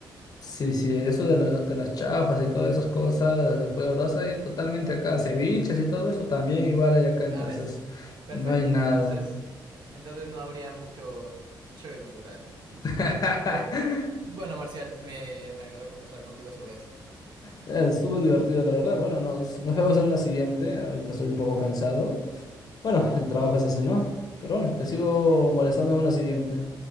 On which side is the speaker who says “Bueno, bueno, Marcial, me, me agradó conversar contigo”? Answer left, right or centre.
Right